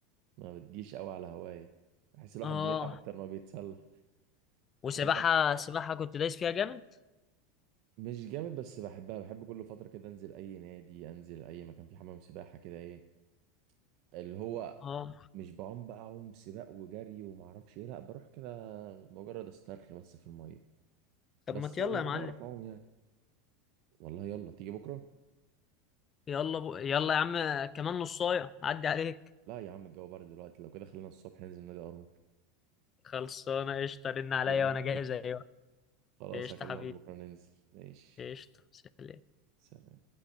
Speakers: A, on the right; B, on the left.
A: ما بتجيش قوي على هوايه بحس الواحد
B: اه
A: بيتعب اكتر ما بيتسلى
B: وسباحة
A: وانا
B: سباحة كنت دايس فيها جامد
A: مش جامد بس بحبها بحب كل فتره كده انزل اي نادي انزل اي مكان فيه حمام سباحه كده ايه اللي هو
B: اه
A: مش بعوم بقى عوم سباق وجري وما اعرفش ايه لا بروح كده مجرد استرخي بس في الميه بس
B: طب ما يلا يا معلم
A: بعرف اعوم يعني والله يلا تيجي بكره
B: يلا بو... يلا يا عم كمان نصايه عدي عليك
A: لا يا عم الجو برد دلوقتي لو كده خلينا الصبح ننزل نادي قارون
B: خلصانه قشطه رن عليا
A: يا عم
B: وانا جاهز ايوه
A: خلاص
B: قشطه
A: هكلمك
B: حبيبي
A: بكرة ننزل ماشي
B: قشطه سلام
A: سلام